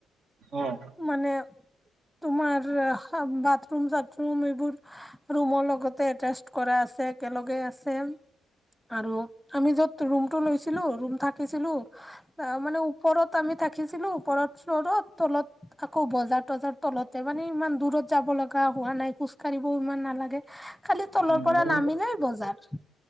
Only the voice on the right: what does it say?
অঁ'
উম
আৰু